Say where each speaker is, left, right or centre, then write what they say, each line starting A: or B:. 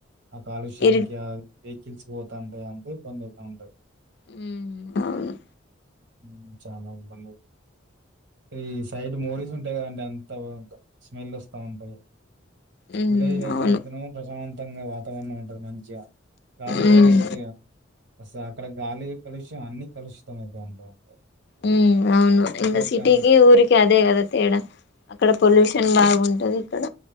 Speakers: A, on the right (about 65°); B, on the left (about 55°).
A: ఆ కాలుష్యానికి
B: ఇరు
A: ఆ వెహికల్స్ పోతుంటాయి అంత ఇబ్బంది అయితాఉంటది
B: హ్మ్ అవును
A: హ్మ్ చాలా ఇబ్బంది ఈ సైడ్ మోరీస్ ఉంట అంటేండి అంతం స్మెల్ వస్తా ఉంటాయి
B: ఉమ్
A: విలేజ్ లో
B: అవును
A: అయితే ప్రశాంత ఉంగా వాతావరణం ఉంటది మంచిగా గాలి
B: ఉమ్
A: కూడా మంచిగా అస్ అక్కడ గాలిగా కలుషం అన్ని కలుషితం అయితే ఉంటూ ఉంటాయి
B: ఉ అవును
A: ఇకైతే
B: ఇకా సిటీకి ఊరికి అదే కద తేడా అక్కడ పొల్యూషన్ బాగుంటది ఇక్కడ